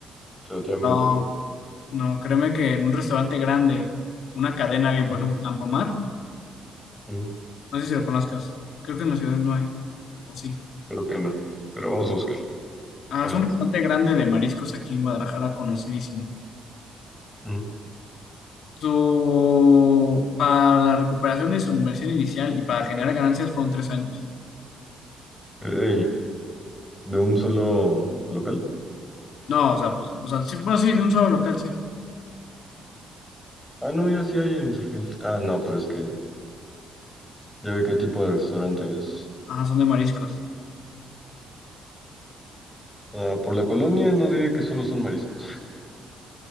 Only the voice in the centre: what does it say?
relativamente,
¿Mm?
¿Mm?
creo que no. Pero vamos a buscar.
Ajá.
¿Mm?
Ey, ¿de un solo local?
Ah, no, mira, sí hay en insurgentes. Ah, no, pero es que ya ve qué tipo de restaurante es.
Ah, por la colonia no diría que solo son mariscos. <laughs>